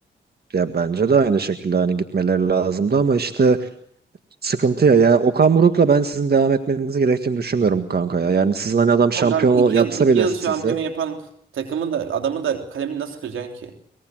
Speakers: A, on the right (about 55°); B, on the right (about 85°).
A: ya bence de aynı şekilde hani gitmeleri lazımdı ama işte sıkıntı ya. Ya Okan Buruk'la ben sizin devam etmenizi gerektiğini düşünmüyorum kanka ya. Yani sizin hani adam şampiyon
B: Ama kanka iki
A: ol- yapsa
B: yıl iki
A: bile
B: yıl
A: sizi
B: şampiyon yapan takımı da adamı da kalemi nasıl kıracaksın ki?